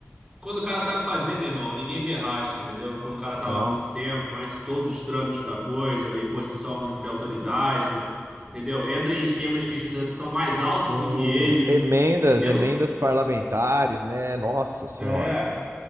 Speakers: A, on the right (about 15°); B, on the right (about 80°).
A: Quando o cara sabe fazer, meu irmão, ninguém vê rastro, entendeu? Quando o cara
B: Não.
A: tá lá há muito tempo, conhece todos os trâmites da coisa, em posição de autoridade, entendeu? Entra em esquemas
B: Sim,
A: que já são mais altos do que ele.
B: emendas,
A: Mesmo.
B: emendas parlamentares, né? Nossa Senhora.
A: É.